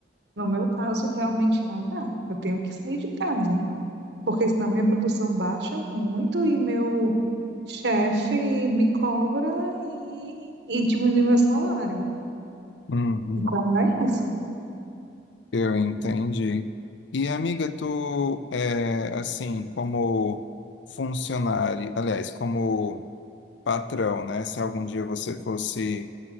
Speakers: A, on the right; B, on the left.
A: No meu caso, realmente não dá. Eu tenho que sair de casa. porque senão minha produção baixa muito e meu chefe me cobra e, e diminui meu salário.
B: uhum.
A: Então é isso.
B: Eu entendi. E amiga, tu é assim, como funcionário, aliás, como patrão, né? Se algum dia você fosse